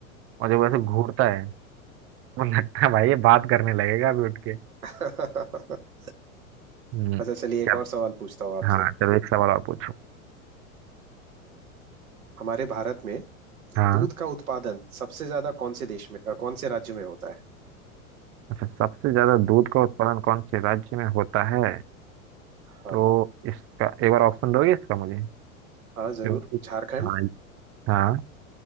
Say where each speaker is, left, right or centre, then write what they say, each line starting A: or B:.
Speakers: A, on the right (about 30°); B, on the right (about 75°).
A: और जब वैसे
B: हम्म।
A: घूरता है तो लगता है भाई ये बात करने लगेगा अभी उठ के
B: <laughs>
A: हम्म
B: अच्छा चलिए एक
A: चल
B: और सवाल पूछता हूँ आपसे
A: हाँ चलो एक सवाल और पूछो
B: हमारे भारत में
A: हाँ
B: दूध का उत्पादन सबसे ज्यादा कौन से देश में अ, कौन से राज्य में होता है
A: अच्छा सबसे ज्यादा दूध का उत्पादन कौन से राज्य में होता है
B: हाँ
A: तो इसका एक बार ऑप्शन दोगे इसका मुझे
B: हाँ जरूर
A: क्योंकि-
B: झारखंड
A: हाँ हाँ